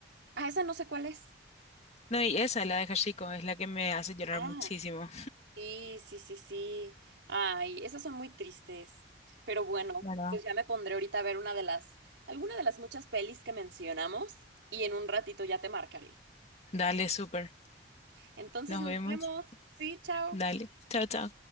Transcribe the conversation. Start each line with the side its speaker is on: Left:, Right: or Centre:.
Right: Ah, esa no sé cuál es.
Left: No, y esa, la de Hashiko, es la que me hace llorar
Right: Ah,
Left: muchísimo.
Right: sí, sí, sí, sí. Ay, esas son muy tristes. Pero bueno,
Left: ¿Verdad?
Right: pues ya me pondré ahorita a ver una de las, alguna de las muchas pelis que mencionamos y en un ratito ya te marcaré.
Left: Dale, súper.
Right: Entonces
Left: Nos
Right: nos
Left: vemos.
Right: vemos. Sí, chao.
Left: Dale. Chao, chao.